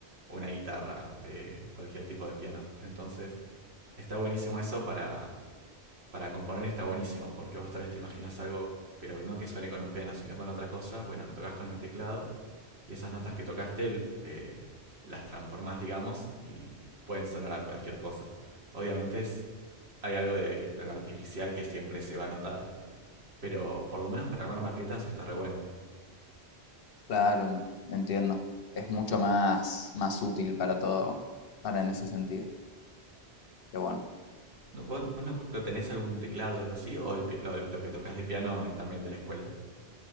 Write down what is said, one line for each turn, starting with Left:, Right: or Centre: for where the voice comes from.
Right: una guitarra, eh, cualquier tipo de piano. Entonces, está buenísimo eso para, para componer, está buenísimo, porque vos tal vez te imaginas algo, pero no que suene con un piano, sino con otra cosa. Bueno, lo tocas con el teclado y esas notas que tocaste eh, las transformas, digamos, y pueden sonar a cualquier cosa. Obviamente es, hay algo de lo artificial que siempre se va a notar, pero por lo menos para armar maquetas está re bueno.
Left: Claro, m- entiendo. Es mucho más, más útil para todo, para en
Right: Sí.
Left: ese sentido. Qué bueno.
Right: ¿No, ¿Vos, vos no, ¿no tenés algún teclado o algo así? ¿O el, lo, lo, que tocas de piano es también de la escuela?